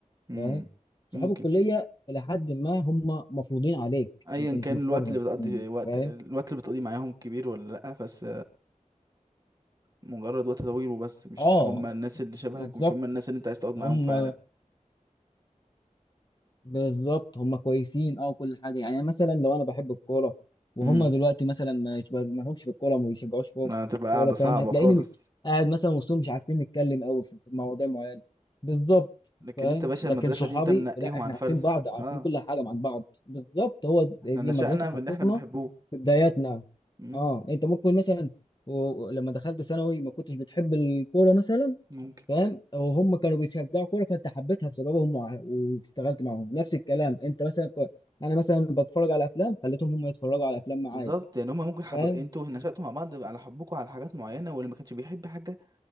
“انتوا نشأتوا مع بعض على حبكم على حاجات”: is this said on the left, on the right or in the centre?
Right